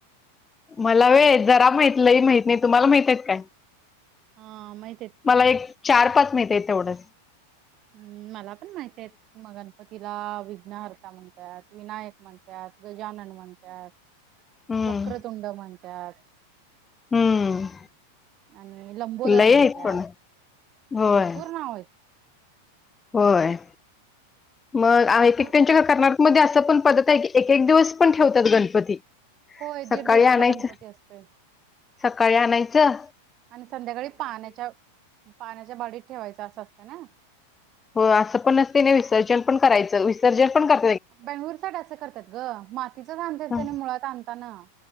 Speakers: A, on the left; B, on the right.
A: मला व्हय जरा माहित लई माहित नायत. तुम्हाला माहित आयत काय?
B: हा माहित आहेत की
A: मला एक चार पाच माहिती आयत तेवढंच.
B: हम्म, मला पण माहती आयत म गणपतीला विघ्नहर्ता म्हणतत विनायक म्हणतात गजानन म्हणतात
A: हम्म
B: वक्रतुंड म्हणतात.
A: हम्म.
B: आणि लंबोदर
A: लई
B: म्हणत्यात
A: आहेत पण होय
B: भरपूर नाव आयत.
A: होय. मग आहे
B: आहेत
A: एक त्यांच्या घरात कर्नाटकमध्ये असं पण पद्धत आय की एक एक दिवस पण ठेवत्यात गणपती.
B: होय दीड
A: सकाळी
B: दिवसाचा
A: आणायचं,
B: गणपती असतोय
A: सकाळी आणायचं
B: आणि संध्याकाळी पाण्याच्या पाण्याच्या बार्डीत ठेवायचं असं असतं ना?
A: हो असं पण असतंय आणि विसर्जन पण करायचं, विसर्जन पण कर
B: बेंगळुर साईड असं करतात गं, मातीचाचं आणतात त्यानी
A: हं.
B: मुळात आणताना.